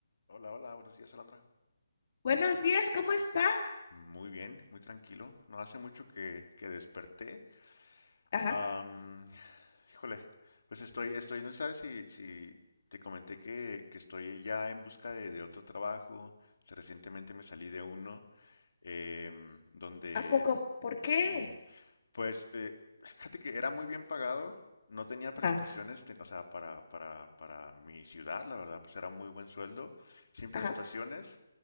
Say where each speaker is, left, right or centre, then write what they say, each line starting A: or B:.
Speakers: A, on the left; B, on the left.
A: Hola, hola, buenos días, Alondra.
B: Buenos días, ¿cómo estás?
A: Muy bien, muy tranquilo. No hace mucho que, que desperté.
B: Ajá.
A: Am, híjole, pues estoy, estoy, no sabes si, si te comenté que, que estoy ya en busca de, de otro trabajo. Recientemente me salí de uno, em, donde
B: ¿A poco? ¿Por qué?
A: sí, Pues eh, fíjate que era muy bien pagado, no tenía prestaciones,
B: Ajá,
A: ten- o sea, para, para, para mi ciudad, la verdad, pues era muy buen sueldo, sin prestaciones,
B: ajá,